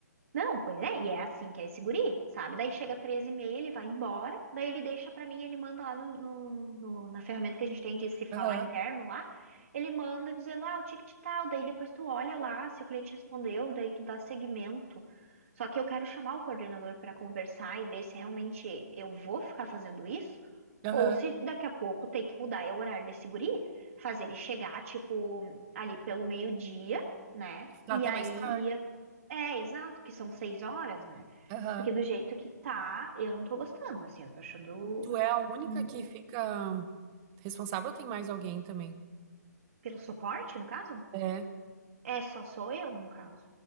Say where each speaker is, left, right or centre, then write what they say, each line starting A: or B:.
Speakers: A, on the right (about 50°); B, on the right (about 25°).
A: Não, pois é, e é assim que é esse guri, sabe? Daí chega 13 e meia, ele vai embora, daí ele deixa pra mim, ele manda lá no, no- no- na ferramenta que a gente tem de se falar
B: Aham,
A: interno lá, ele manda dizendo, ah, o ticket tal, daí depois tu olha lá se o cliente respondeu, daí tu dá seguimento. Só que eu quero chamar o coordenador pra conversar e ver se realmente eu vou ficar fazendo isso,
B: aham.
A: ou se daqui a pouco tem que mudar é o horário desse guri, fazer ele chegar, tipo, ali pelo meio-dia, né?
B: Tá
A: E
B: até
A: aí
B: mais tarde.
A: ir é, exato, que são seis horas, né?
B: Aham.
A: Porque do jeito que tá, eu não tô gostando, assim, eu tô achando.
B: Tu é a única
A: hum,
B: que fica responsável ou tem mais alguém também?
A: Pelo suporte, no caso?
B: É.
A: É, só sou eu, no caso.